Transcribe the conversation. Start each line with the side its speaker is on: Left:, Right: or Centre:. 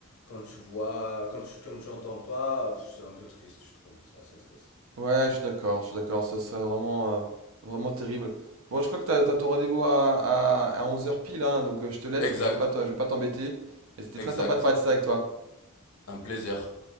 Left: quand tu vois, quand tu, quand tu entends pas, c'est un peu triste, je trouve. C'est assez triste.
Right: Ouais, je suis d'accord, je suis d'accord, ça serait vraiment, euh, vraiment terrible. Bon, je crois que t'as, t'as ton rendez-vous à, à, à 11h pile, hein, donc euh, je te laisse,
Left: Exact,
Right: je vais pas te- je vais pas t'embêter. Et c'était
Left: exact.
Right: très sympa de parler de ça avec toi.
Left: Un plaisir.